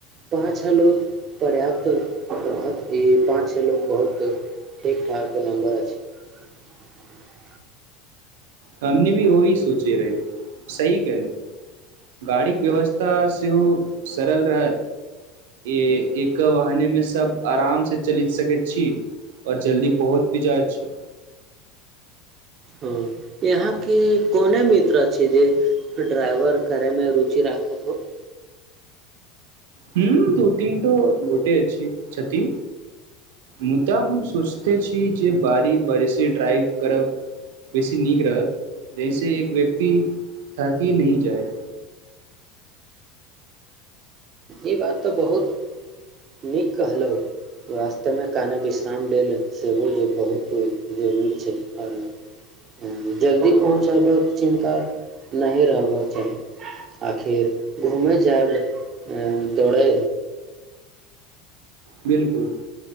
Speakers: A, on the right (about 40°); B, on the right (about 70°).
A: पाछ लोको पर्याप्त रहत ई पाच लोक बहुत ठीक ठाक एक नम्बर छै <unintelligible>
B: हमनी भी ओही सोचे रहै सही कलहु गाड़ीक व्यवस्था सेहो सरल रहत ए एक वहने मे सब आराम से चल सकैत छी आऔर जल्दी पहुँच भी जाइत छी
A: हँ यहाँके कोने मित्र छै जे ड्राइवर करयमे रुचि राखैत होत
B: हू दू तीनटौ गोटे अछि कति मुदा हम सोचिते छी जे बारी बारिशे ड्राइव करब बेसी नीक रहत जहिस एक व्यक्ति थाकि नहिह जाय
A: ई बात तऽ बहुत नीक कहलहुँ वास्तेमे काने विश्राम लेल सेबो जे बहुत जरूरी छै आओर जल्दी पहुँचबबाक चिन्ता नहि रहबाक चाही आखिर घूमे जायब अ दौड़े
B: बिलकुल